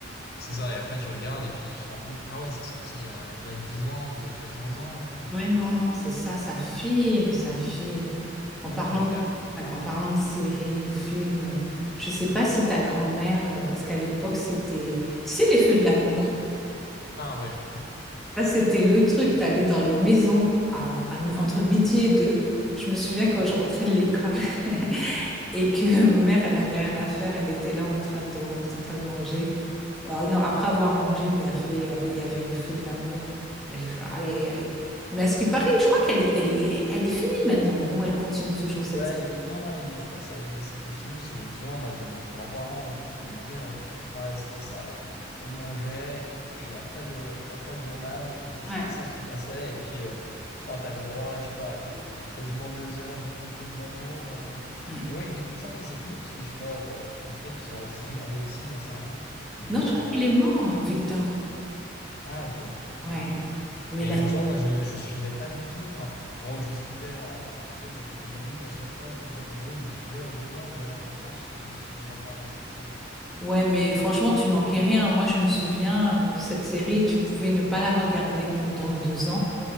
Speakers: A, on the left; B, in the centre.
A: C'est ça, et après tu regardes et puis tu te rends compte, ah ouais, c'est sorti il y a déjà dix ans ou il y a déjà 15 ans même, euh,
B: Ouais, non, non, c'est ça, ça file, ça file. En parlant
A: c'est clair.
B: de, ouais, en parlant de séries ou films, euh, je ne sais pas si ta grand-mère, euh, parce qu'à l'époque, c'était, tu sais, les feux de l'amour.
A: Ah ouais.
B: ça c'était le truc, t'allais dans les maisons à- à mi- entre midi et deux. Je me souviens quand je rentrais de l'école <laughs> et que ma mère, elle avait rien à faire. Elle était là en train de, on était en train de manger. Ah non, après avoir mangé, il y avait, euh, il y avait les feux de l'amour. Là, j'ai fait aïe, aïe, aïe. Mais à ce qui paraît, je crois qu'elle est, elle est, elle est finie maintenant, non? Elle continue toujours cette.
A: Ouais, il- non, non, il- je crois que ça- c'était fini, parce que je me souviens, moi, j'avais mes grands-parents euh, du côté de mon père, et pareil, c'était ça. euh, On mangeait, et après le, après le journal, euh, c'était
B: Ouais.
A: ça qui passait, et puis, euh, ouais, t'avais droit, je sais pas, t'es quasiment deux heures euh, des feux de l'amour. euh.
B: Ouais.
A: Mais ouais, il, me il me semble que c'est fini, parce que je sais pas, enfin, ou peut-être qu'ils ont arrêté de <laughs> regarder aussi, j'en sais rien. Mais,
B: Non, je
A: euh,
B: crois qu'il est mort, Victor.
A: ah, ok, ok,
B: Ouais.
A: ok.
B: Mais
A: Mais
B: la,
A: je- tu vois, moi, je, je suivais pas du tout. Enfin, moi, je suivais en. tu vois, j'avais des brides à chaque fois, c'est-à-dire, en gros, je suivais au moment où j'allais en vacances chez, chez mes grands-parents, cette série-là.
B: ouais, mais franchement, tu manquais rien. Moi, je me souviens, euh, cette série, tu pouvais ne pas la regarder pendant deux ans.